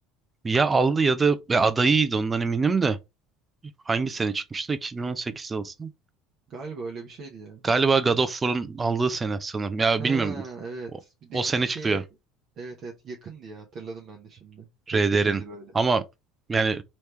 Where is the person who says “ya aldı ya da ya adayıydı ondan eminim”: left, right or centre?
Right